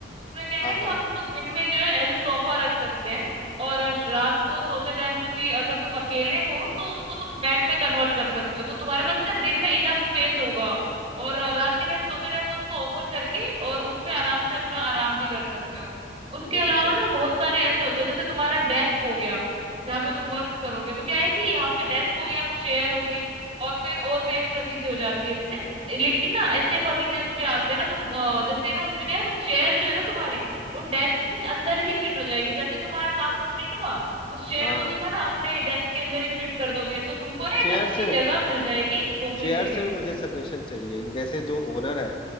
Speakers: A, on the right; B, on the left.
A: उसमें क्या है
B: हाँ
A: ना कि
B: हाँ
A: हम उसको दिन में जो है ऐसे सोफा रख सकते हैं और अ, रात को सोते टाइम क्योंकि अगर तुम अकेले हो तो उसको तुम बेड में कन्वर्ट कर सकते हो तो तुम्हारे पास ना दिन में इनफ स्पेस होगा और अ, रात के टाइम सोते टाइम तो उसको ओपन करके और उसमें आराम से अपना आराम भी कर सकते हो उसके
B: ये
A: अलावा
B: तो सही
A: ना
B: है
A: बहुत सारे ऐसे होते हैं जैसे तुम्हारा डेस्क हो गया जहाँ पे तुम वर्क करोगे तो क्या है कि यहाँ पे डेस्क हो गया चेयर हो गई और फिर और भी एक्स्ट्रा चीजें हो जाती है जैसे लेकिन ना ऐसे फर्नीचर्स भी आते हैं ना तुम अ, जैसे ना उसमें क्या है वो चेयर जो है ना तुम्हारी वो डेस्क के अंदर ही फिट हो जाएगी जैसे तुम्हारा काम कंप्लीट हुआ उस चेयर
B: हाँ
A: को तुम है ना अपने डेस्क के अंदर ही फिट कर दोगे तो तुमको ना
B: चेयर
A: एक अच्छी
B: से
A: जगह मिल जाएगी घूमने
B: चेयर
A: के लिए
B: से भी मुझे सजेशन चाहिए जैसे जो ओनर है